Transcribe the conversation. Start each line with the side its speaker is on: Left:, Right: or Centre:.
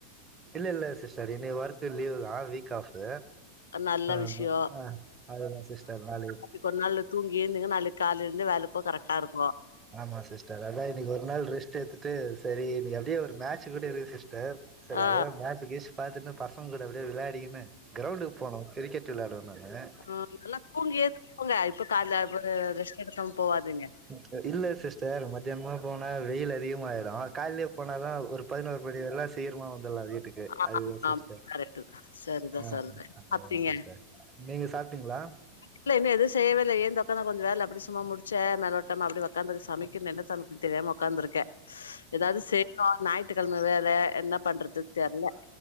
Right: இல்ல இல்ல சிஸ்டர் இனி ஒர்க்கு லீவு தா வீக் ஆஃபு
Left: நல்ல
Right: ஆமா
Left: விஷயோ
Right: ஆ அதுதா சிஸ்டர் வேலையே
Left: இப்போ ஒரு நாள்ல தூங்கிருந்தீங்கன்ன நாளைக்கு காலயிருந்து வேலை போக கரெக்டா இருக்கு
Right: ஆமா சிஸ்டர் அதா இன்னைக்கு ஒரு நாள் ரெஸ்ட் எடுத்துட்டு சரி இன்னைக்கு அப்படியே ஒரு மேட்ச் கூட இருக்கு சிஸ்டர் சரி
Left: ஆ ஆ
Right: அதுதா மேட்சு கேச்சு பாத்துன்ட்டு பசங்கூட அப்படியே விளையாடிக்கின்னு கிரௌண்டுக்கு போனோ கிரிக்கெட் டு விளையாடனுனு
Left: ஆ நல்லா தூங்கியது தூங்க இப்ப கால ரெஸ்ட் எடுக்காம போவாதிங்க
Right: இப்ப இல்ல சிஸ்டர் மத்தியானமா போனா வெயில் அதிகமாயிடு கால்லயே போனாதா ஒரு பதினோரு மணி வரலா சீக்கிரமா வந்துடலா வீட்டுக்கு
Left: ஆ
Right: அதுதா
Left: ஆமா
Right: சிஸ்டர்
Left: கரெக்ட் சரிதா
Right: ஆமா
Left: சரிதா
Right: அதுதா
Left: சாப்ட்டீங்க
Right: சிஸ்டர் நீங்க சாப்ட்டீங்களா
Left: இல்ல இன்னும் எதும் செய்யவே இல்ல ஏன்து உக்காந்த கொஞ்சோ வேலை அப்படி சும்மா முடிச்சே மேலோட்டமா அப்படி உக்காந்து சமைக்குணு என்ன சமைக்குற துன்னு தெரியாம உக்காந்துருக்கே ஏதாவது செய்ணு ஞாயித்துக்கிழமை வேற என்ன பண்றது தெர்ல
Right: ஆ